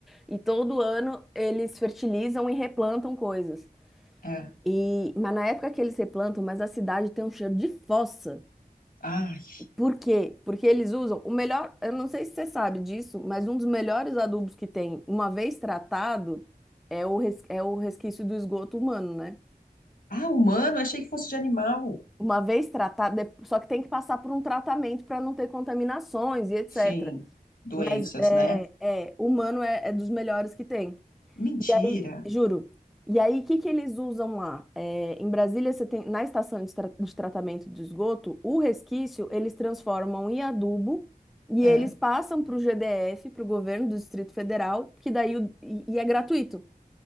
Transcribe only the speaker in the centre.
E todo ano eles fertilizam e replantam coisas.
E, mas na época que eles replantam, mas a cidade tem um cheiro de fossa.
Por quê? Porque eles usam o melhor, eu não sei se você sabe disso, mas um dos melhores adubos que tem, uma vez tratado, é o, res- é o resquício do esgoto humano, né?
Uma vez tratado, de- só que tem que passar por um tratamento para não ter contaminações e etc.
Mas é,
é, humano é, é dos melhores que tem.
E aí, juro. E aí, o que que eles usam lá? É, em Brasília, você tem, na estação de, tra- de tratamento de esgoto, o resquício eles transformam em adubo e
eles passam para o GDF, para o governo do Distrito Federal, que daí o- e, e é gratuito.